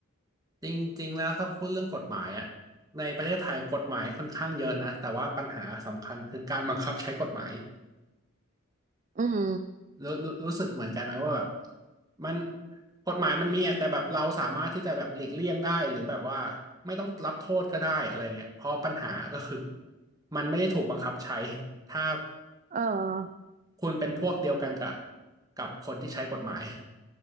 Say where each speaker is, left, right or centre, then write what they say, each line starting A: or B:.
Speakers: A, on the right; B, on the right.
A: จริงๆ แล้วถ้าพูดเรื่องกฎหมายอะในประเทศไทยกฎหมายค่อนข้างเยอะนะแต่ว่าปัญหาสำคัญคือการบังคับใช้กฎหมาย
B: อืม
A: รู้รู้รู้สึกเหมือนกันไหมว่าแบบมันกฎหมายมันมีอะแต่แบบเราสามารถที่จะแบบหลีกเลี่ยงได้หรือแบบว่าไม่ต้องรับโทษก็ได้อะไรเงี้ยเพราะปัญหาก็คือมันไม่ได้ถูกบังคับใช้ถ้า
B: เออ
A: คุณเป็นพวกเดียวกันกับกับคนที่ใช้กฎหมาย